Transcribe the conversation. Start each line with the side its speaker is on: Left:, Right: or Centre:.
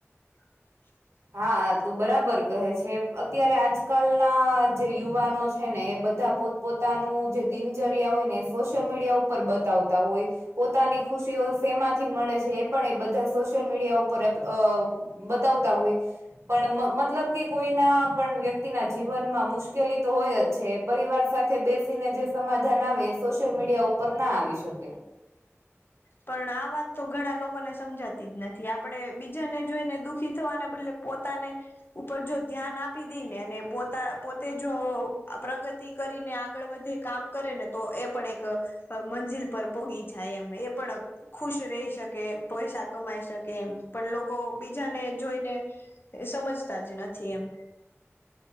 Left: <inaudible>
Right: હા હા તું બરાબર કહે છે અત્યારે આજકાલના જે યુવાનો છે ને એ બધા પોત પોતાનું જે દિનચર્યા હોય ને સોશિયલ મીડિયા ઉપર બતાવતા હોય. પોતાની ખુશીઓ સેમાંથી મળે છે એ પણ એ બધા સોશિયલ મીડિયા ઉપર. <unintelligible> બતાવતા હોય. પણ મ મતલબ કે કોઈના પણ વ્યક્તિના જીવનમાં મુશ્કેલી તો હોય જ છે. પરિવાર સાથે બેસીને જે સમાધાન આવે એ સોશિયલ મીડિયા ઉપર ના આવી શકે.
Left: પણ આ વાત તો ઘણા લોકોને સમજાતી જ નથી આપણે બીજાને જોઈને દુખી થવાના બદલે પોતાને ઉપર જો ધ્યાન આપી દેઈને અને પોતા પોતે જો આ પ્રગતિ કરીને આગ આગળ વધી કામ કરેને તો એ પણ એક અ મંજિલ પર <unintelligible> જાય એ પણ ખુશ રહી શકે પૈસા કમાઈ શકે એમ પણ લોકો બીજાને જોઈને એ સમજતા જ નથી એમ.